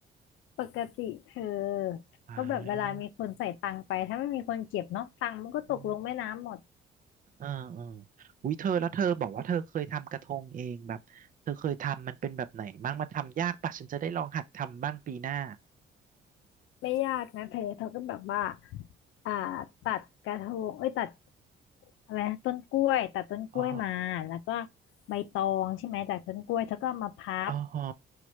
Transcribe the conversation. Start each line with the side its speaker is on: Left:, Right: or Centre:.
Left: ปกติเธอ
Right: อ่า
Left: ก็แบบเวลามีคนใส่ตังค์ไปถ้าไม่มีคนเก็บเนาะตังค์มันก็ตกลงแม่น้ำหมด
Right: อืมเออเอออุ้ยเธอแล้วเธอบอกว่าเธอเคยทำกระทงเองแบบเธอเคยทำมันเป็นแบบไหนบ้างมันทำยากป่ะฉันจะได้ลองหัดทำบ้างปีหน้า
Left: ไม่ยากนะเธอเธอก็แบบว่าอ่าตัดกระทงเอ้ยตัดอะไรนะต้นกล้วยตัดต้นกล้วยมาแล้วก็
Right: อ๋อ
Left: ใบตองใช่ไหมจากต้นกล้วยเธอก็เอามาพับ
Right: อ๋อฮะ